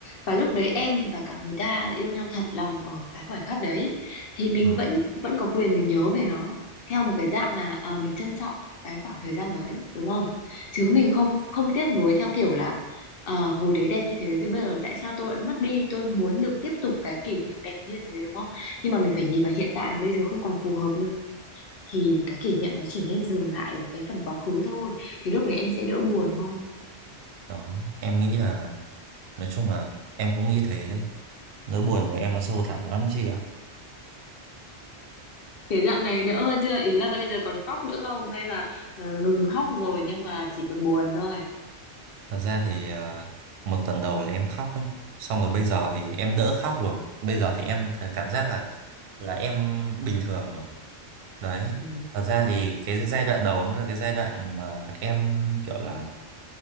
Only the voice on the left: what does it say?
và lúc đấy em và cả người ta yêu nhau thật lòng ở cái khoảnh khắc đấy thì mình
vẫn vẫn có quyền mình nhớ về nó theo một cái dạng là à, mình trân trọng cái khoảng thời gian đấy đúng không chứ mình không không tiếc nuối theo kiểu là ờ, hồi đấy đẹp như thế với bây giờ tại sao tôi lại mất đi tôi muốn được tiếp tục cái kỷ niệm đẹp như thế đúng không nhưng mà mình phải nhìn vào hiện tại là bây giờ không còn phù hợp nữa thì cái kỷ niệm nó chỉ nên dừng lại ở cái phần quá khứ thôi thì lúc đấy em sẽ đỡ buồn hơn
thế dạo này đỡ hơn chưa ý là bây giờ còn khóc nữa không hay là ờ, ngừng khóc rồi nhưng mà chỉ còn buồn thôi
ừ.